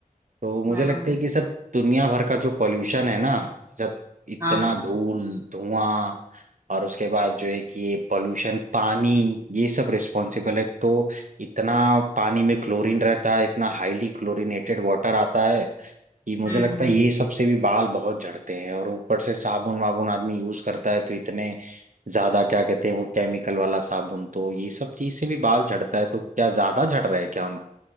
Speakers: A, on the right; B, on the right.
A: तो मुझे
B: हम्म
A: लगता है कि सब दुनिया भर का जो पॉल्यूशन है ना सब इतना
B: हाँ
A: धूल धुआं और उसके बाद जो है कि ये पॉल्यूशन पानी ये सब रिस्पॉन्सिबल है तो इतना पानी में क्लोरीन रहता है इतना हाईली क्लोरीनेटेड वाटर आता है कि मुझे
B: हम्म
A: लगता
B: हम्म
A: है ये सबसे भी बाल बहुत झड़ते हैं और ऊपर से साबुन वाबुन आदमी यूज करता है तो इतने ज्यादा क्या कहते हैं वो केमिकल वाला साबुन तो ये सब चीज से भी बाल झड़ता है तो क्या ज्यादा झड़ रहा है क्या